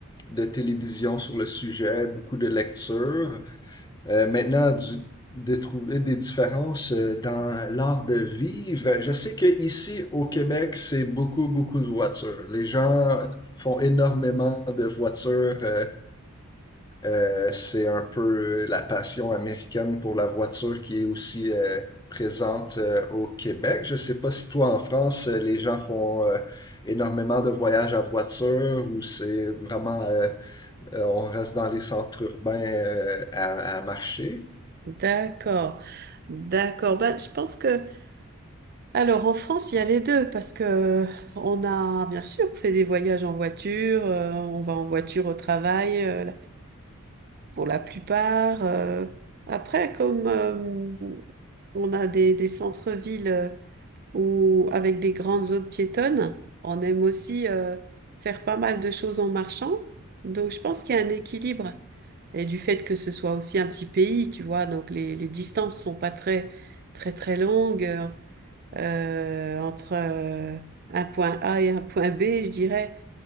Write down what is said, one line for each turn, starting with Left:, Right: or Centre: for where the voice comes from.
Left: de télévision sur le sujet, beaucoup de lectures. Euh, maintenant, du, de trouver des différences euh, dans l'art de vivre. Je sais que ici au Québec, c'est beaucoup, beaucoup de voitures. Les gens font énormément de voitures. euh, Euh, c'est un peu euh, la passion américaine pour la voiture qui est aussi euh, présente euh, au Québec. Je sais pas si toi en France, euh, les gens font euh, énormément de voyages à voiture ou c'est vraiment euh, euh, on reste dans les centres urbains euh, à, à marcher.
Right: D'accord, d'accord. Ben, je pense que, alors, en France, il y a les deux parce que on a, bien sûr, on fait des voyages en voiture, euh, on va en voiture au travail. euh, pour la plupart. euh. Après, comme euh, on a des, des centres-villes euh, où, avec des grandes zones piétonnes, on aime aussi euh, faire pas mal de choses en marchant. Donc, je pense qu'il y a un équilibre. Et du fait que ce soit aussi un petit pays, tu vois, donc les, les distances sont pas très, très, très longues euh, euh, entre euh, un point A et un point B, je dirais.